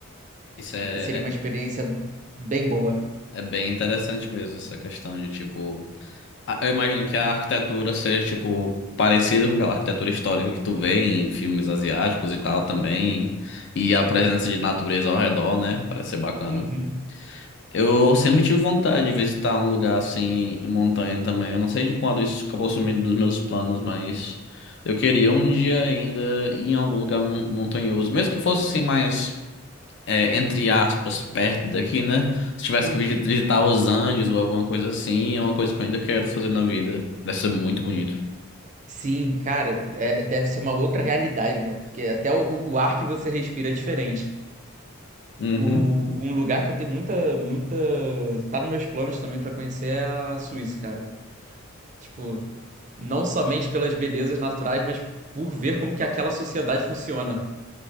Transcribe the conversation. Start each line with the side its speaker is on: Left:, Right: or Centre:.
Left: Isso é,
Right: Seria uma experiência
Left: é,
Right: bem boa.
Left: é bem interessante mesmo, essa questão de tipo. a- Eu imagino que a arquitetura seja tipo parecida com aquela arquitetura histórica que tu vê em filmes asiáticos e tal também. E a presença de natureza ao redor, né? Parece ser bacana.
Right: Uhum,
Left: Eu sempre tive vontade de visitar um lugar assim em montanha também. Eu não sei de quando isso acabou sumindo dos meus planos, mas eu queria um dia ainda ir em algum lugar mon- montanhoso, mesmo que fosse assim mais é, entre aspas perto daqui, né? Se tivesse
Right: uhum.
Left: que visi- visitar os Andes ou alguma coisa assim, é uma coisa que eu ainda quero fazer na vida. Parece ser muito bonito.
Right: Sim, cara, é- deve ser uma outra realidade, né? Porque até o, o ar que você respira é diferente.
Left: Uhum.
Right: O, um lugar que eu tenho muita, muita. Tá nos meus planos também pra conhecer é a Suíça, cara. Tipo, não somente pelas belezas naturais, mas por ver como que aquela sociedade funciona.